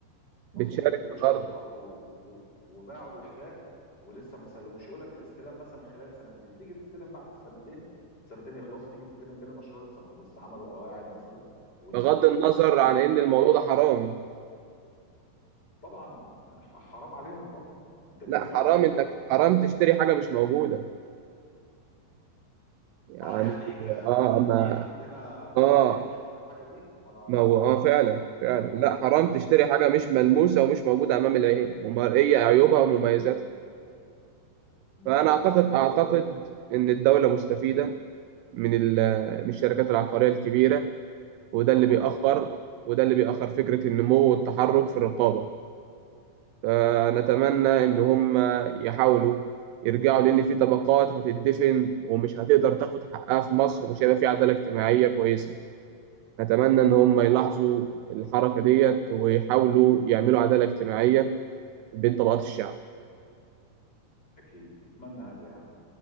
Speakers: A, on the left; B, on the right.
A: مظبوط
B: بتشارك
A: بيبقوا
B: في الأرض
A: اشتروا الارض و... و... وباعوا الوحدات ولسه ما سلموش يقول لك الاستلام مثلا خلال سنتين تيجي تستلم بعد السنتين سنتين يخلصوا تيجي تستلم تلاقي المشروع لسه ما خلصش عملوا قواعد مثلا ولسه
B: بغض
A: بيبنوا
B: النظر
A: تيجي
B: عن
A: تتكلم
B: إن الموضوع ده حرام
A: طبعا يعني ح- حرام عليهم طبعا انت بتبيع
B: لا حرام
A: الهوى
B: انك حرام
A: يعني
B: تشتري حاجه مش موجوده يعني
A: اه يعني ك...
B: اه
A: في الدين
B: ما
A: عندنا بيح...
B: اه
A: بيحرم الحاجه دي انا
B: ما
A: لا
B: هو
A: ما اعرفش
B: اه فعلا
A: بصراحه كمعلومه
B: فعلا لا حرام تشتري
A: اه
B: حاجه مش ملموسه ومش موجوده امام العين ومرئيه عيوبها ومميزاتها
A: امم لا
B: فانا
A: للاسف
B: اعتقد اعتقد
A: ده سوء
B: ان الدوله مستفيده
A: مم.
B: من ال- من الشركات العقاريه الكبيره وده
A: طبعا
B: اللي بيأخر
A: طبعا
B: وده اللي بيأخر فكره النمو والتحرك في الرقابه فنتمنى إن هم يحاولوا يرجعوا لأن في طبقات هتدفن ومش هتقدر تاخد حقها في مصر ومش هيبقى في عدالة اجتماعية كويسة نتمنى إن هم
A: طبعا
B: يلاحظوا الحركة ديت ويحاولوا يعملوا عدالة اجتماعية بين طبقات الشعب
A: اكيد نتمنى هذا يعني